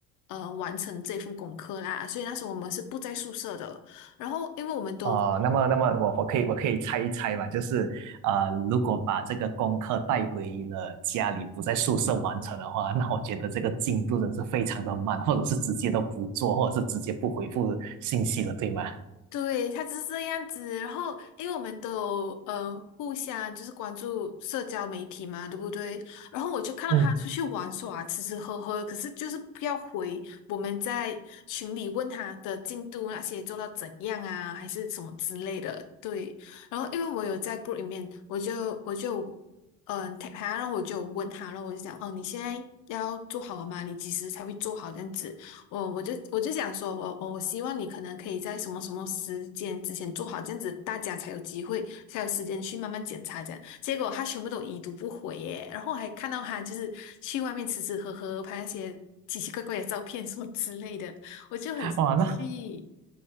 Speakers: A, on the left; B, on the right.
A: 呃，完成这份功课啦。所以那时候我们是不在宿舍的，然后因为我们都。
B: 哦，那么，那么我我可以我可以猜一猜嘛，就是呃，如果把这个功课带回了家里，不在宿舍完成的话，那我觉得这个进度真是非常的慢，或者是直接都不做，或者是直接不回复信息了，对吗？
A: 对，他就是这样子。然后，因为我们都有呃互相就是关注社交媒体嘛，对不对？然后我就看到他出去玩耍、
B: 嗯，
A: 吃吃喝喝，可是就是不要回我们在群里问他的进度那些做到怎样啊，还是什么之类的。对，然后因为我有在 group 里面，我就我就嗯、呃 tag 他，然后我就问他，然后我就讲，哦，你现在要做好了吗？你几时才会做好这样子？我我就我就想说，我我希望你可能可以在什么什么时间之前做好，这样子大家才有机会，才有时间去慢慢检查这样。结果他全部都已读不回耶，然后我还看到他就是去外面吃吃喝喝，拍那些奇奇怪怪的照片什么之类的，我就很生气。
B: 哇，那